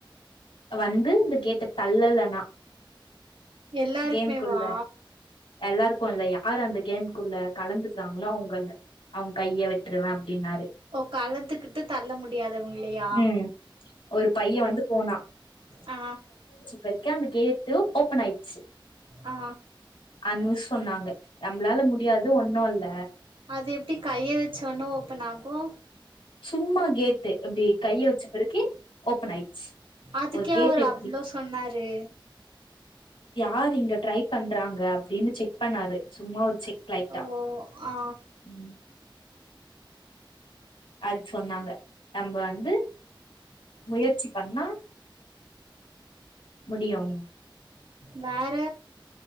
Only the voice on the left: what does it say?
வந்து இந்த கேட்ட தள்ளலனா
கேம்குள்ள
எல்லாருக்கு இல்ல யார் அந்த கேம்குள்ள கலந்துக்குறாங்களோ அவுங்கள்ள அவன் கைய வெட்டுருவ அப்டின்னாரு
ம் ஒரு பையன் வந்து போனா
அங்க இருக்க அந்த கேட்டு ஓப்பன் ஆயிட்
அனு சொன்னாங்க நம்மளால முடியாது ஒண்ணு இல்ல
சும்மா கேட்டு அப்படி கைய வச்ச பிறகு ஓபன் ஆயிடுச்சு
ஒரு கேட்
எப்டி
யார் இங்க ட்ரை பண்றாங்க அப்டின்னு செக் பண்ணாரு சும்மா ஒரு செக் லைட்டா
ம் அது சொன்னாங்க நம்ப வந்து முயற்சி பண்ணா முடியும்